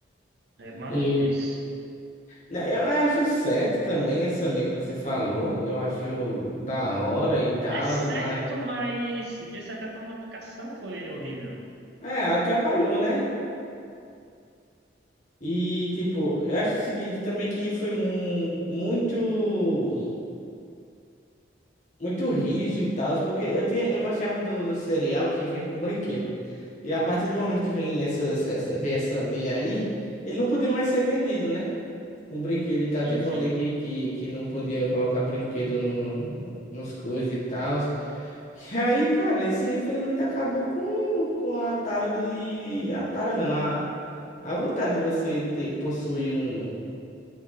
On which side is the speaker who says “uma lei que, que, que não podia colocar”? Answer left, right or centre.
Left